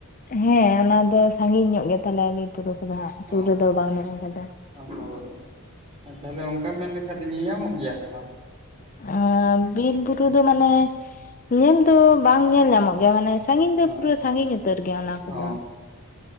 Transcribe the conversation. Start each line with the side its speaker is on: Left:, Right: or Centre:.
Left: ᱦᱮᱸ ᱚᱱᱟ ᱫᱚ ᱥᱟᱺᱜᱤᱧ ᱧᱚᱜ ᱜᱮ ᱛᱟᱞᱮᱭᱟ ᱵᱤᱨ ᱯᱚᱨᱚᱵᱽ ᱫᱚ ᱦᱟᱜ
Right: ᱚ
Left: ᱥᱩᱨ ᱨᱮᱫᱚ ᱵᱟᱹᱱᱩᱜ ᱟᱠᱟᱫᱟ
Right: ᱦᱳᱭ ᱛᱟᱦᱚᱞᱮ ᱚᱱᱠᱟᱢ ᱢᱮᱱ ᱞᱮᱠᱷᱟᱡ ᱫᱚ ᱧᱮᱧᱟᱢᱚᱜ ᱜᱮᱭᱟ ᱥᱮ ᱵᱟᱝ?
Left: ᱮᱸ ᱵᱤᱨ ᱵᱩᱨᱩ ᱫᱚ ᱢᱟᱱᱮ ᱧᱮᱞ ᱫᱚ ᱵᱟᱝ ᱧᱮᱞ ᱧᱟᱢᱚᱜ ᱜᱮᱭᱟ ᱢᱟᱱᱮ ᱥᱟᱺᱜᱤᱧ ᱫᱚ
Right: ᱦᱳᱭ
Left: ᱯᱩᱨᱟᱹ ᱥᱟᱺᱜᱤᱧ ᱩᱛᱟᱹᱨ ᱜᱮᱭᱟ ᱚᱱᱟ ᱠᱚᱫᱚ
Right: ᱚ